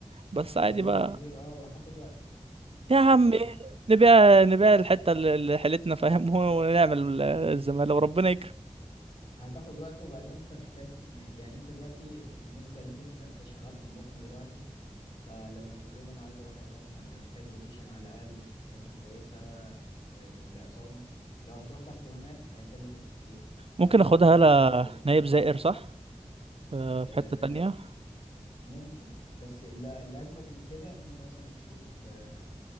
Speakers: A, on the right; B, on the left.
A: بس
B: هتكلفك
A: عادي بقى
B: كتير اه وهتاخد وقت انت
A: يا عم إيه،
B: مح...
A: نبيع نبيع الحتة اللي اللي حيلتنا فاهم <laughs> ونعمل الزمالة وربنا يكرم
B: هتاخد وقت وبعدين انت محتاج مح... يعني انت دلوقتي بالنسبة ليك انت انت شغال في البطنة دلوقتي فلما تقول لهم انا عايز اروح عظام فانت محتاج روتيشن على الاقل في حتة كويسة في العظام لو هتروح تاخده هناك هيكلفك كتير
A: ممكن
B: لو عايز
A: اخدها
B: تاخده هنا
A: لا
B: في حتة لذيذة
A: نايب زائر صح آه،
B: آه
A: في حتة تانية
B: ممكن بس اللي, اللي اجمد من كده ان انت مثلا تشوف آه